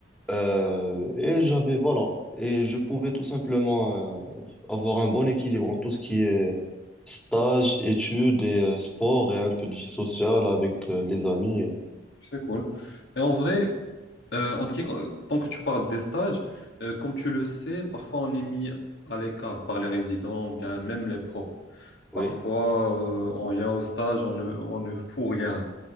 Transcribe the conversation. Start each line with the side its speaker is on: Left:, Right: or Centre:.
Centre: Euh, et j'avais, voilà, et je pouvais tout simplement euh, avoir un bon équilibre en tout ce qui est stage, études et euh, sport et un peu de vie sociale avec euh, les amis. et-
Left: C'est cool. Et en vrai, euh, en ce qui, con- tant que tu parles des stages, euh, comme tu le sais, parfois on est mis à l'écart par les résidents, ou bien même les profs.
Centre: Oui,
Left: Parfois, euh, on vient au stage, on ne, on ne fout rien.